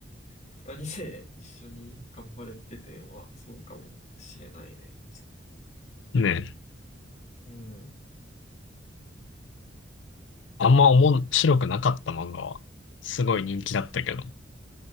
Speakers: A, on the left; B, on the left.
A: 二人で一緒に頑張るって点はそうかもしれないね。
B: ねえ。
A: うん。
B: あんま面白くなかった漫画は。すごい人気だったけど。